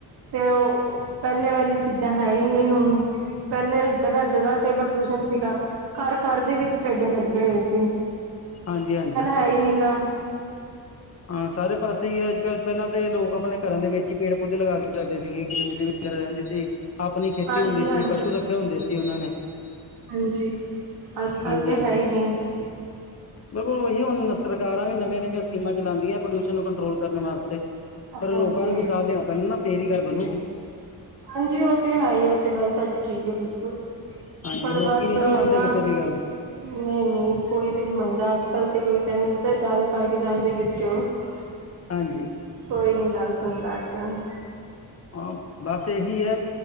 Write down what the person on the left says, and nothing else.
ਹਾਂਜੀ ਹਾਂਜੀ।
ਹਾਂ ਸਾਰੇ ਪਾਸੇ ਹੀ ਹੈ ਅੱਜ ਕੱਲ੍ਹ ਪਹਿਲਾਂ ਤੇ ਲੋਕ ਆਪਣੇ ਘਰਾਂ ਦੇ ਵਿੱਚ ਹੀ ਪੇੜ ਪੌਦੇੇ ਲਗਾ ਕੇ ਲਗਦੇ ਸੀਗੇ ਗਰੀਨਰੀ। ਵਗੈਰਾ ਰਹਿੰਦੀ ਸੀ ਆਪਣੀ ਖੇਤੀ
ਹੁੰਦੀ ਸੀ
ਪਸ਼ੂ ਰੱਖੇ ਹੁੰਦੇ ਸੀ ਉਹਨਾਂ ਨੇ।
ਹਾਂਜੀ
ਬਿਲਕੁਲ ਉਹੀ ਹੁਣ ਸਰਕਾਰਾਂ ਵੀ ਨਵੀਆਂ ਨਵੀਆਂ ਸਕੀਮਾਂ। ਚਲਾਉਦੀਆਂ ਪ੍ਰੋਲਿਊਸ਼ਨ ਨੂੰ ਕੰਟਰੋਲ ਕਰਨ ਵਾਸਤੇ ਪਰ
ਲੋਕਾਂ ਨੂੰ ਵੀ ਸਾਥ ਦੇਣਾ ਪੈਣਾ ਨਾ ਫੇਰ ਹੀ ਗੱਲ ਬਣੂ।
ਹਾਂਜੀ
ਲੋਕੀ
ਨੀ
ਮੰਨਦੇ
ਕਿਸੇ ਦੀ ਗੱਲ
ਹਾਂਜੀ।
ਹਾਂ, ਬਸ ਇਹੀ ਹੈ।